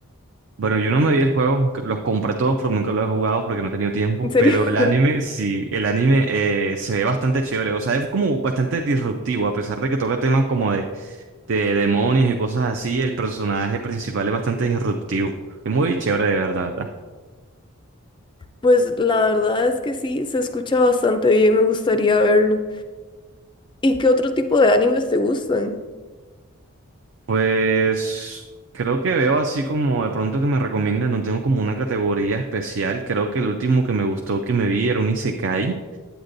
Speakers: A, on the right (about 55°); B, on the left (about 20°).
A: Bueno, yo no me vi el juego, que los compré todos, pero nunca los he jugado porque no he tenido tiempo,
B: ¿En serio?
A: pero el anime,
B: <laughs>
A: sí, el anime eh, se ve bastante chévere, o sea, es como bastante disruptivo, a pesar de que toca temas como de, de demonios y cosas así, el personaje principal es bastante disruptivo, es muy chévere de ver, la verdad,
B: Pues la verdad es que sí, se escucha bastante bien, me gustaría verlo. ¿Y qué otro tipo de animes te gustan?
A: Pues creo que veo así como de pronto que me recomiendan, no tengo como una categoría especial, creo que el último que me gustó que me vi era un isekai,